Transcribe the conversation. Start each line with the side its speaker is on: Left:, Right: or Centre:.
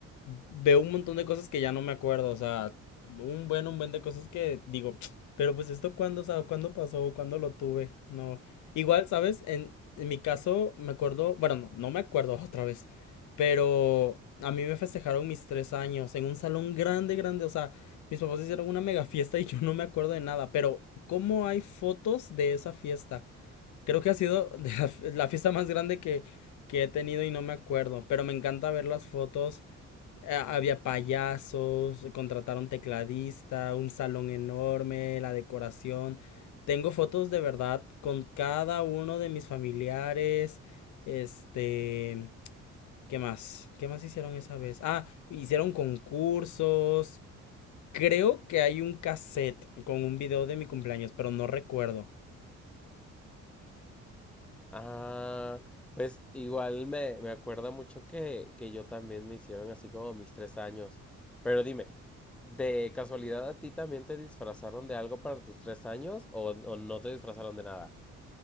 Left: veo un montón de cosas que ya no me acuerdo, o sea, un buen, un buen de cosas que digo, <tsk> pero pues esto cuándo, o sea, cuándo pasó, cuándo lo tuve, no. Igual, ¿sabes? En, en mi caso me acuerdo, bueno, no, no me acuerdo <laughs> otra vez, pero a mí me festejaron mis tres años en un salón grande, grande, o sea, mis papás hicieron una mega fiesta y yo no me acuerdo de nada, pero ¿cómo hay fotos de esa fiesta? Creo que ha sido de la, la fiesta más grande que, que he tenido y no me acuerdo, pero me encanta ver las fotos. A- había payasos, contrataron tecladista, un salón enorme, la decoración. Tengo fotos de verdad con cada uno de mis familiares. Este, ¿qué más? ¿Qué más hicieron esa vez? Ah, hicieron concursos. Creo que hay un cassette con un video de mi cumpleaños, pero no recuerdo.
Centre: Ah, pues igual me, me acuerda mucho que, que yo también me hicieron así como mis tres años. Pero dime, ¿de casualidad a ti también te disfrazaron de algo para tus tres años o, o no te disfrazaron de nada?